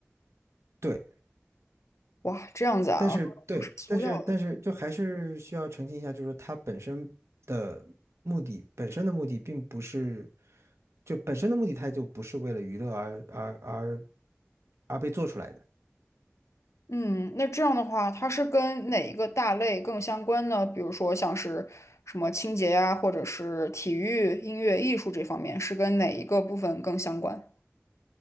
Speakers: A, on the right; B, on the left.
A: 对，
B: 哇，这样子啊，
A: 但是对，
B: 都是塑料。
A: 但是但是就还是需要澄清一下，
B: 的。
A: 就是它本身的目的，本身的目的并不是，就本身的目的它就不是为了娱乐而而而而被做出来的。
B: 嗯，那这样的话，它是跟哪一个大类更相关呢？比如说像是什么清洁呀，或者是体育、音乐、艺术这方面，是跟哪一个部分更相关？